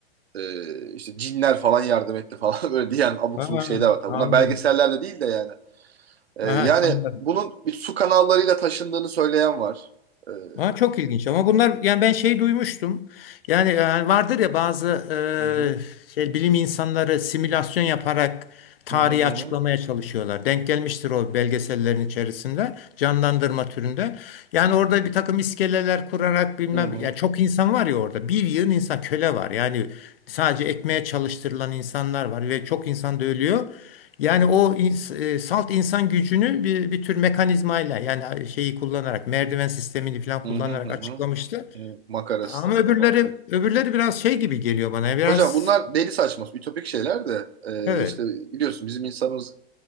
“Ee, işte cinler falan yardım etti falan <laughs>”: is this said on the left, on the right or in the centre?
Right